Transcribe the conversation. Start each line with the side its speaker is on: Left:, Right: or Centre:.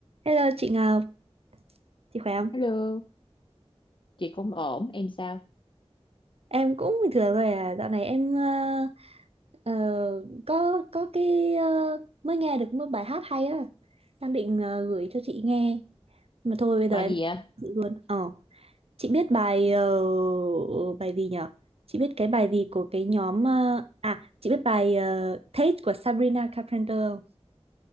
Right: Hello chị Ngọc, chị khỏe không?
Left: Hello, chị cũng ổn, em sao?
Right: Em cũng bình thường rồi à, dạo này em ờ, ờ, có có cái ờ, mới nghe được một bài hát hay á, đang định ờ, gửi cho chị nghe, mà thôi bây giờ
Left: Bài
Right: em
Left: gì ạ?
Right: chị luôn. Ờ, chị biết bài ờ, bài gì nhở? Chị biết cái bài gì của cái nhóm ờ, à, chị biết bài ờ, Taste của Sabrina Carpenter không?